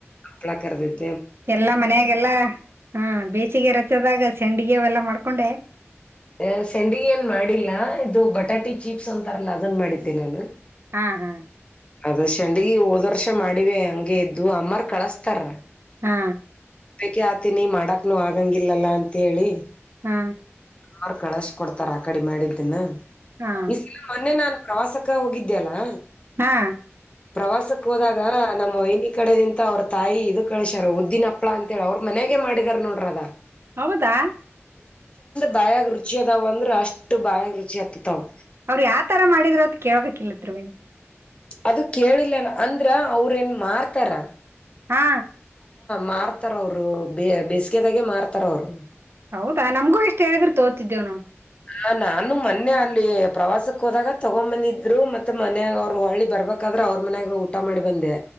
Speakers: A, on the left; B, on the right.
A: ಹಪ್ಲ ಕರ್ದಿದ್
B: ಎಲ್ಲಾ ಮನೆಯಾಗೆಲ್ಲ ಹ ಬೇಸಿಗೆ ರಜದಾಗ ಸಂಡಿಗೆ ಅವೆಲ್ಲ ಮಾಡ್ಕೊಂಡೆ.
A: ಎ ಸೆಂಡಿ ಏನ್ ಮಾಡಿಲ್ಲಾ ಇದು ಬಟಾಟಿ ಚೀಪ್ಸ್ ಅಂತಾರಲ್ಲ ಅದನ್ ಮಾಡಿದ್ದೆ ನಾನು.
B: ಹಾ ಹಾ
A: ಅದ ಶಂಡಗಿ ಹೋದ್ ವರ್ಷ ಮಾಡಿವೆ ಹಂಗೆ ಇದ್ವು ಅಮ್ಮರ್ ಕಳಸ್ತಾರ.
B: ಹಾ
A: ಬೇಕೆ ಆತೀನಿ ಮಾಡಕ್ನು ಆಗಂಗಿಲ್ಲಲ್ಲ ಅಂತ ಹೇಳಿ.
B: ಹಾ
A: ಆರ್ ಕಳಸ್ ಕೊಡ್ತಾರ ಆ ಕಡೆ ಮಾಡಿದ್ದನ್ನ
B: ಹಾ
A: ಈ ಸಲ ಮೊನ್ನೆ ನಾನ್ ಪ್ರವಾಸಕ್ ಕ್ಕ ಹೋಗಿದ್ದ್ಯಲ್ಲಾ
B: ಹಾ
A: ಪ್ರವಾಸಕಕ್ಕ್ ಹೋದಾಗ ನಮ್ಮ ವೈನಿಕ್ ಕಡೆದಿಂದ ಅವ್ರ ತಾಯಿ ಇದ್ ಕಳ್ಸ್ಯಾರ ಉದ್ದಿನ ಹಪ್ಪಳ ಅಂತ ಹೇಳಿ ಅವ್ರ್ ಮನೆಗೆ ಮಾಡಿದಾರ್ ನೋಡ್ರ್ ಅದ
B: ಹೌದಾ
A: ಬಾಯಾಗ್ ರುಚಿ ಅದಾವ ಅಂದ್ರ್ ಅಷ್ಟ್ ಬಾಯಾಗ್ ರುಚಿ ಹತ್ತತಾವ್.
B: ಅವ್ರ್ ಯಾವ್ ತರ ಮಾಡಿದ್ರು ಅಂತ್ ಕೇಳ್ಬೇಕಿಲ್ಲ ತ್ರಿವೇಣಿ.
A: ಅದು ಕೇಳಿಲ್ಲನ್ ಅಂದ್ರ ಅವ್ರ ಏನ್ ಮಾರ್ತಾರ.
B: ಹಾ
A: ಮಾರ್ತಾರ್ ಅವ್ರು ಬೇಸಿಗೆದಾಗೆ ಮಾರ್ತಾರ್ ಅವ್ರು.
B: ಹೌದಾ ನಮ್ಗು ಇಷ್ಟ್ ಹೇಳಿದ್ರು ತಗೋತಿದ್ದೇವ್ ನೋಡ್
A: ಹಾ ನಾನು ಮೊನ್ನೆ ಅಲ್ಲಿ ಪ್ರವಾಸಕ್ ಹೋದಾಗ ತಗೊನ್ ಬಂದಿದ್ರು ಮತ್ತೆ ಮನ್ಯಾಗ ಅವ್ರು ಒಳ್ಳಿ ಬರ್ಬೇಕಾದ್ ಆದ್ರೆ ಅವ್ರ ಮನ್ಯಾಗ ಊಟ ಮಾಡ್ ಬಂದೆ.